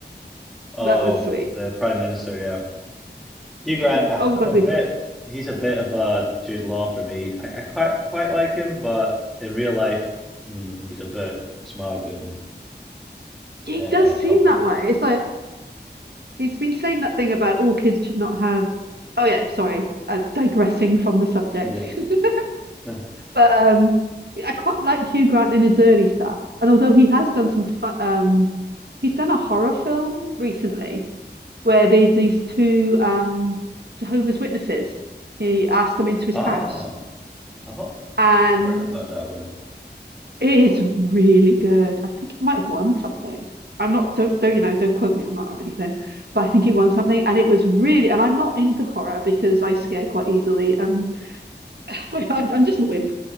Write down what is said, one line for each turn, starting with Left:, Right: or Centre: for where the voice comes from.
Centre: Oh,
Right: that was sweet.
Centre: the Prime Minister, yeah. Hugh
Right: <laughs>
Centre: Grant, I,
Right: Oh, we
Centre: I'm
Right: have gotta
Centre: a
Right: be.
Centre: bit, he's a bit of a Jude Law for me. I, I quite quite like him, but in real life, mm, he's a bit smug and
Right: He
Centre: uh,
Right: does seem
Centre: a wee
Right: that
Centre: bit.
Right: way. It's like he's been saying that thing about all kids should not have. Oh yeah, sorry. Uh, digressing from the subject.
Centre: Yeah.
Right: <laughs>
Centre: <laughs>
Right: But um, I quite like Hugh Grant in his early stuff. And although he has done some fun, um, he's done a horror film recently where there's these two um Jehovah's Witnesses. He asked them into his
Centre: Ah,
Right: house,
Centre: I've not
Right: and
Centre: heard about that one.
Right: it is really good. I think it might have won something. I'm not don't don't you know don't quote me on that or anything, but I think it won something, and it was really. And I'm not into horror because I scare quite easily. Um, <laughs> I'm I'm just a wimp.